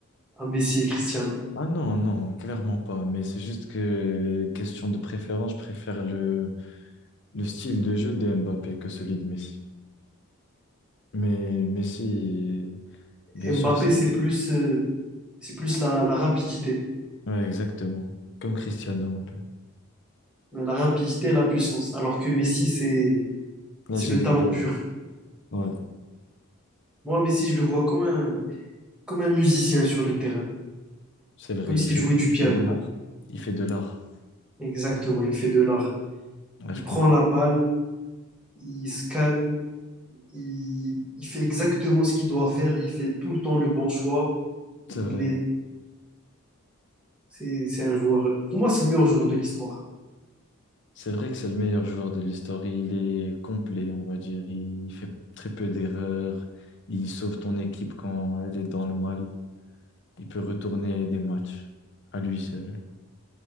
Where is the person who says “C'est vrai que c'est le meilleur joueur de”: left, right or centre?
Left